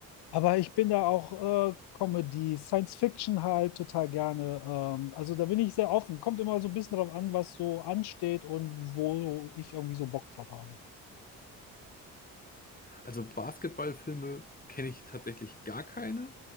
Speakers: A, on the left; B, on the left.
A: Aber ich bin da auch äh, Comedy, Science Fiction halt total gerne. Ähm, also da bin ich sehr offen. Kommt immer so ein bisschen drauf an, was so ansteht und wo ich irgendwie so Bock drauf habe.
B: Also Basketballfilme kenne ich tatsächlich gar keine.